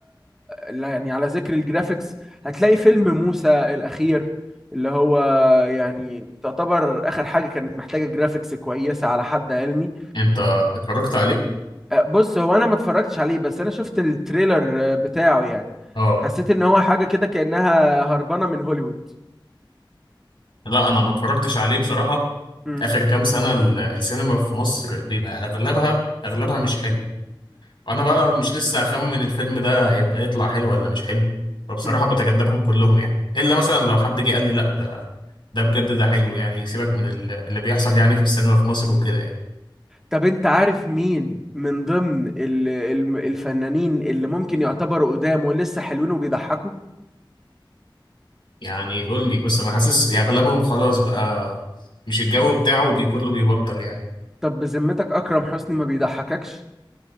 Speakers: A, in the centre; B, on the left (about 75°).
A: لا يعني على ذكر الجرافيكس هتلاقي فيلم موسى الاخير اللي هو يعني تعتبر اخر حاجة كانت محتاجة جرافيكس كويسة على حد علمي
B: انت اتفرجت عليه
A: أه، بص هو انا ما اتفرجتش عليه بس انا شفت التريلر أه، بتاعه يعني
B: اه
A: حسيت ان هو حاجة كده كأنها هربانة من هوليوود
B: لا انا ما اتفرجتش عليه بصراحة
A: مم.
B: اخر كام سنة ال- السينما في مصر بيبقى اغلبها اغلبها مش حلو وانا بقى مش لسه اخمن الفيلم ده هيبقى يطلع حلو ولا مش حلو فبصراحة
A: مم.
B: بتجنبهم كلهم يعني الا مثلا لو حد جه قال لي لا ده ده بجد ده حلو يعني سيبك من ال- اللي بيحصل يعني في السينما في مصر وكده يعني.
A: طب انت عارف مين من ضمن ال- ال- الفنانين اللي ممكن يعتبروا قدام ولسه حلوين وبيضحكوا
B: يعني قول لي بس انا حاسس يعني اغلبهم خلاص بقى مش الجو بتاعه بي كله بيبطل يعني
A: طب بذمتك اكرم حسني ما بيضحككش